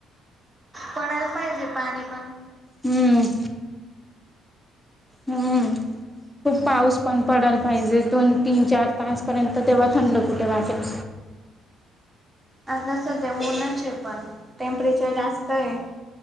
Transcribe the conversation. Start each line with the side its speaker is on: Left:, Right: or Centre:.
Right: पडायला पाहिजे पाणी पण
Centre: हम हम् खूप पाऊस पण पडाला पाहिजे दोन तीन चार तासपर्यंत तेव्हा थांबल कुठे वाटेल
Right: आग दे्याऊनच आहे पण टेम्परेचर जास्त आहे